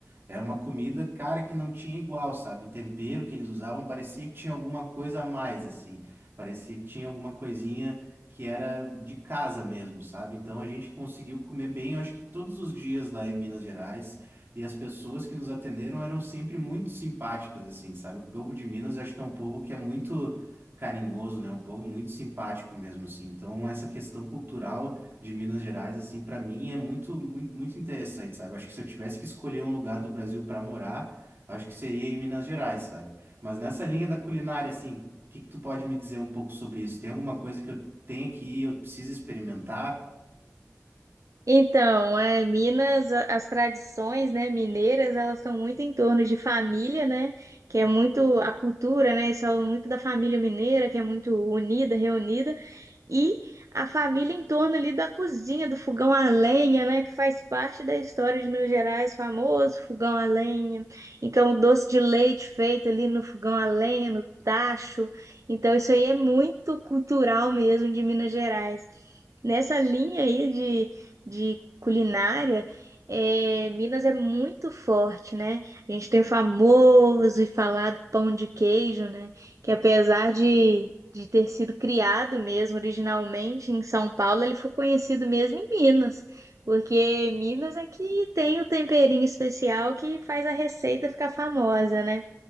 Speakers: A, on the right (about 45°); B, on the right (about 75°).
A: Era uma comida, cara, que não tinha igual, sabe? O tempero que eles usavam parecia que tinha alguma coisa a mais, assim. Parecia que tinha alguma coisinha que era de casa mesmo, sabe? Então a gente conseguiu comer bem, eu acho que todos os dias lá em Minas Gerais. E as pessoas que nos atenderam eram sempre muito simpáticas, assim, sabe? O povo de Minas, eu acho que é um povo que é muito carinhoso, né? Um povo muito simpático mesmo, assim. Então, essa questão cultural de Minas Gerais, assim, para mim é muito, muito, muito interessante, sabe? Acho que se eu tivesse que escolher um lugar do Brasil para morar, acho que seria em Minas Gerais, sabe? Mas nessa linha da culinária, assim, o que que tu pode me dizer um pouco sobre isso? Tem alguma coisa que eu tenho que ir, eu preciso experimentar?
B: Então, é, Minas, a- as tradições, né, mineiras, elas estão muito em torno de família, né, que é muito a cultura, né, eles falam muito da família mineira, que é muito unida, reunida, e a família em torno ali da cozinha, do fogão a lenha, né, que faz parte da história de Minas Gerais, famoso fogão a lenha. Então, o doce de leite feito ali no fogão a lenha, no tacho. Então, isso aí é muito cultural mesmo de Minas Gerais. Nessa linha aí de, de culinária, é, Minas é muito forte, né? A gente tem o famoso e falado pão de queijo, né? Que apesar de de ter sido criado mesmo originalmente em São Paulo, ele foi conhecido mesmo em Minas, porque Minas é que tem o temperinho especial que faz a receita ficar famosa, né?